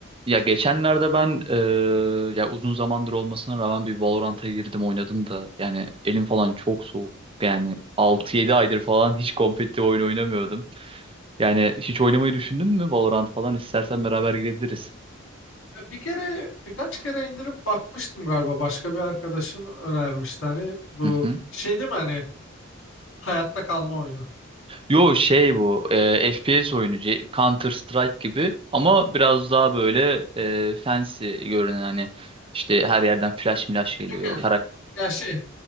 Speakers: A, on the right; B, on the left.
A: Ya geçenlerde ben eee, ya uzun zamandır olmasına rağmen bir Valorant'a girdim oynadım da yani elim falan çok soğuk. Yani 6 yedi aydır falan hiç kompetitif oyun oynamıyordum. Yani hiç oynamayı düşündün mü Valorant falan istersen beraber girebiliriz.
B: Ya bir kere birkaç kere indirip bakmıştım galiba. Başka bir arkadaşım önermişti hani bu
A: Hı hı.
B: şey değil mi hani hayatta kalma oyunu.
A: Yo şey bu eee, FPS oyunu C- Counter Strike gibi ama biraz daha böyle eee fancy görünen hani işte her yerden flash milash geliyor.
B: Yok ya ha- ya şey